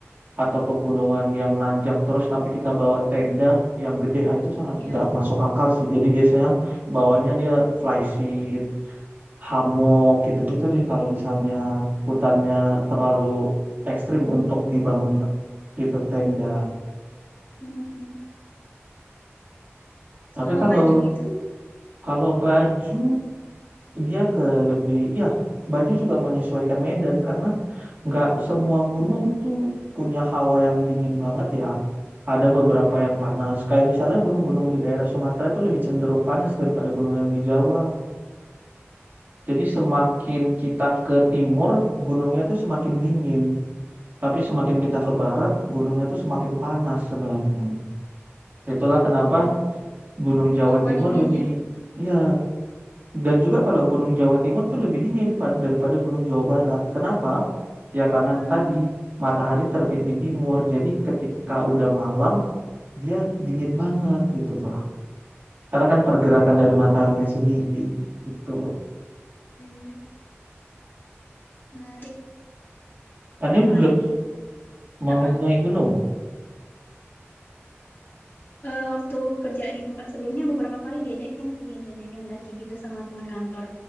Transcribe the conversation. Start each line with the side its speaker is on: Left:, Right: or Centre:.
Right: atau pegunungan yang nanjak terus tapi kita bawa tenda yang gede ah, itu sangat
Left: ya.
Right: nggak masuk akal sih jadi biasanya bawanya dia flysheet hammock gitu-gitu deh kalau misalnya hutannya terlalu ekstrim untuk dibangun t- itu tenda
Left: Mhm. Terus
Right: tapi
Left: Kalau
Right: kalau
Left: baju gitu,
Right: kalau baju dia ke lebih ya baju juga menyesuaikan medan karena nggak
Left: hmm,
Right: semua gunung tuh punya hawa yang dingin banget ya ada beberapa yang panas kayak misalnya gunung-gunung di daerah Sumatera itu lebih cenderung panas daripada gunung yang di Jawa jadi semakin kita ke timur gunungnya tuh semakin dingin tapi semakin kita ke barat gunungnya tuh semakin panas sebenarnya itulah
Left: oh
Right: kenapa
Left: gitu.
Right: Gunung Jawa
Left: Papua
Right: Timur
Left: dingin
Right: lebih
Left: ya.
Right: ya Dan juga kalau Gunung Jawa Timur tuh lebih dingin pa- daripada Gunung Jawa Barat. Kenapa? Ya
Left: Hmm,
Right: karena tadi matahari terbit di timur, jadi ketika udah malam dia dingin banget gitu loh. Karena kan pergerakan dari mataharinya sendiri gitu.
Left: iya, menarik.
Right: Kan ini
Left: Apa
Right: belum
Left: lagi nih?
Right: mau
Left: Apa?
Right: naik gunung.
Left: Eh, waktu kerja di tempat sebelumnya beberapa kali diajakin sih, diajakin lagi gitu sama teman kantor.